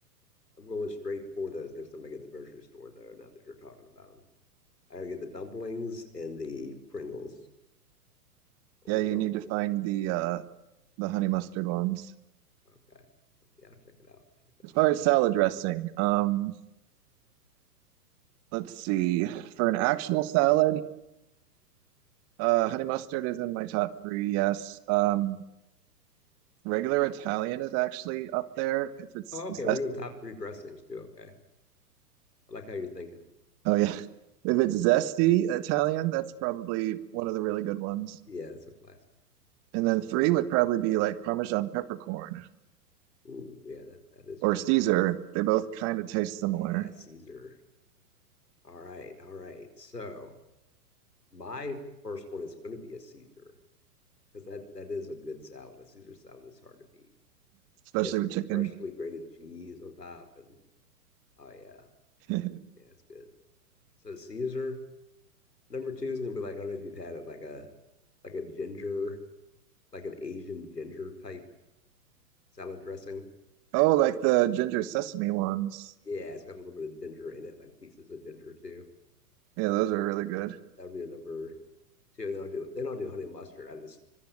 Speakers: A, on the left (about 85°); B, on the right (about 30°).
A: I'm going straight for those next time I get in the grocery store, though, now that you're talking about them. I gotta get the dumplings and the Pringles are
B: yeah,
A: what I'm
B: you
A: going
B: need to
A: for.
B: find the uh the honey mustard ones.
A: Okay. Yeah, I'll check it out. Check it
B: As
A: out.
B: far as salad dressing, um, let's see. For an actual salad, uh honey mustard is in my top three, yes. Um regular Italian is actually up there. If it's
A: Oh, okay.
B: zest
A: We're doing top three dressings too. Okay. I like how you're thinking.
B: oh yeah. <laughs> If it's zesty Italian, that's probably one of the really good ones.
A: Yeah, that's a classic.
B: And then three would probably be like Parmesan peppercorn
A: Ooh, yeah, that that is
B: or
A: good.
B: Caesar.
A: That's
B: They both kind of taste similar,
A: yeah, Caesar. All right, all right. So my first one is going to be a Caesar because that that is a good salad. A Caesar salad is hard to beat.
B: especially
A: You get some
B: with chicken.
A: freshly grated cheese on top, and oh yeah,
B: <laughs>
A: mm, yeah, it's good. So Caesar number two is going to be like I don't know if you've had it like a like a ginger like an Asian ginger type salad dressing.
B: Oh, like the ginger sesame ones.
A: Yeah, it's got a little bit of ginger in it, like pieces of ginger too.
B: Yeah, those
A: And
B: are really good.
A: That would be a number two. And then I'll do then I'll do honey mustard. I just